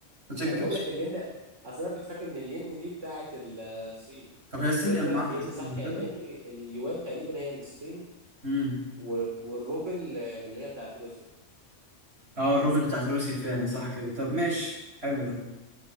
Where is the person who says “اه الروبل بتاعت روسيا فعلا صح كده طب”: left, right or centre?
Right